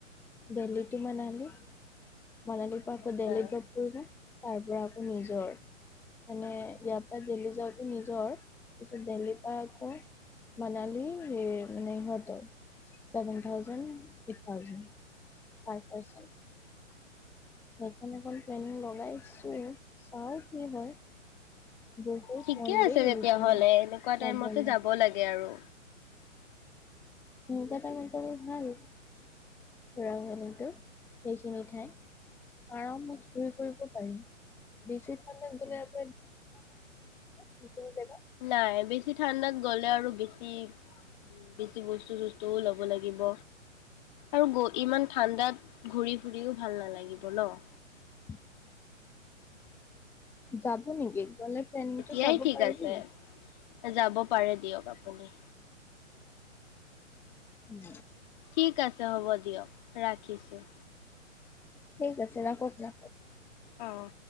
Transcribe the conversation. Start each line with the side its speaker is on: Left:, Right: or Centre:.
Centre: দেলহি তু মনালি । মনালীৰ পৰা আকৌ
Left: আচ্ছা
Centre: দেলহিত জপ কৰিছোঁ। তাৰ পৰা আকৌ নিজৰ। মানে ইয়াৰ পৰা দিল্লী যাওঁতে নিজৰ । পিছত দিল্লীৰ পৰা আকৌ মনালী সেই মানে সিহঁতৰ। Seven thousand eight thousand, per percent. এখন - এখন প্লেনিং লগাইছোঁ। চাওঁ কি হয়। বহুত
Left: ঠিকে
Centre: মন
Left: আছে
Centre: দেই
Left: তেতিয়াহলে
Centre: সেইখিনি
Left: । এনেকুৱা টাইমতে
Centre: যাবলে
Left: যাব লাগে আৰু।
Centre: এনেকুৱা টাইমত যাব ভাল । ৰ এনেইতো। এইখিনি ঠাইত । আৰামত ঘূৰি ফুৰিব পাৰি। বেছি ঠাণ্ডাত গলে আকৌ একদম <inaudible> নোৱাৰিম সেইখিনি জাগাত
Left: নাই । বেছি ঠাণ্ডাত গ'লে আৰু বেছি- বেছি বস্তু-চস্তুও ল'ব লাগিব। আৰু গ- ইমান ঠাণ্ডাত ঘূৰি-ফুৰিও ভাল নালাগিব ন'?
Centre: টম। <inaudible> যাব নেকি? গ'লে প্লেনিংটো
Left: এতিয়াই
Centre: চাব
Left: ঠিক
Centre: পাৰিবি?
Left: আছে যাব পাৰে দিয়ক আপুনি।
Centre: উম
Left: ঠিক আছে । হ'ব দিয়ক, ৰাখিছোঁ।
Centre: ঠিক আছে, ৰাখক - ৰাখক।
Left: অ'।